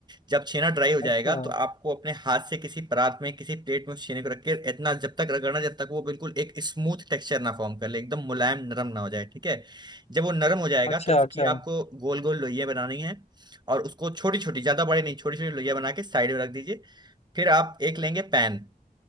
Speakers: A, on the right; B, on the left.
A: जब छेना ड्राई हो जाएगा
B: अच्छा,
A: तो आपको अपने हाथ से किसी परात में किसी प्लेट में उस छेने को रख के इतना जब तक रगड़ना जब तक वो बिल्कुल एक स्मूथ टेक्सचर ना फॉर्म कर ले एकदम मुलायम नरम ना हो जाए ठीक है जब वो नरम हो जाएगा
B: अच्छा,
A: तो उसकी
B: अच्छा,
A: आपको गोल गोल लोइयां बनानी है और उसको छोटी छोटी ज्यादा बड़े नहीं छोटी छोटी लोइयां बना के साइड में रख दीजिए फिर आप एक लेंगे पैन